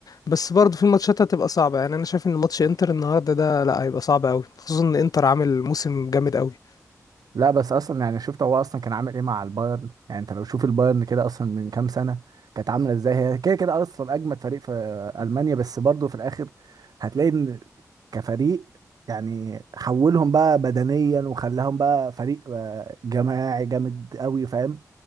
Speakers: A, on the left; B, on the right.
A: بس برضه في ماتشات هتبقى صعبة يعني انا شايف ان ماتش انتر النهاردة ده لا هيبقى صعب قوي خصوصا ان انتر عامل موسم جامد قوي
B: لا بس اصلا يعني شفت هو اصلا كان عامل ايه مع البايرن يعني انت لو شوف البايرن كده اصلا من كام سنه كانت عامله ازاي هي كده كده اصلا اجمد فريق في المانيا بس برضه في الاخر هتلاقي ان كفريق يعني حولهم بقى بدنيا وخلاهم بقى فريق آه، جماعي جامد قوي فاهم